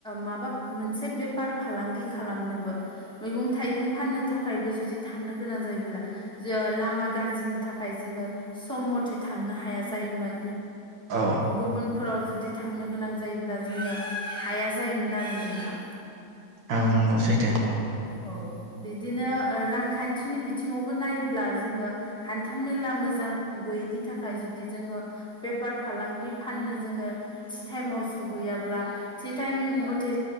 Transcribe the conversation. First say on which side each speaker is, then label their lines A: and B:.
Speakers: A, in the centre; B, on the right.
A: माबा मोनसे बेफार फालांगि खालामनोबो मैगं थाइगं फाननो थाखायबो जुदि थांनो गोनां जायोब्ला ज लामा गाज्रिनि थाखाय जोङो सम मथे थांनो हाया जायोमोन
B: औ
A: गुबुनफोराव जुदि थांनो गोनां जायोब्ला जोङो हाया जायोमोन आरो नोंथां
B: औ नंगौ सैथो
A: औ बिदिनो रांखान्थिनि बिथिङावबो नायोब्ला जोङो हान्था मेला मोजां गैयिनि थाखाय जुदि जोङो बेफार फालांगि फाननो जोङो थि टाइमाव सहैयाब्ला थि टाइम मथे